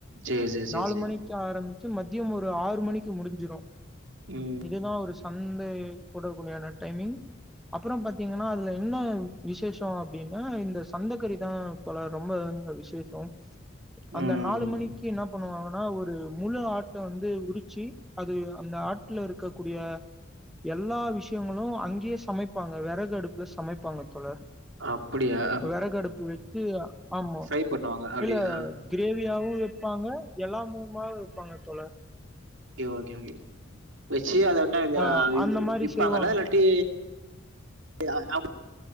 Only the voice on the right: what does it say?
சரி, சரி, சரி,
சரி.
ம்.
ம்.
அப்படியா?
எப் பண்ணுவாங்க அப்படி
ஆ.
கே ஓகே ஓகே வச்சி அத என்ன இதா
விப்பாங்களா
இல்லாட்டி இதெல்லாம்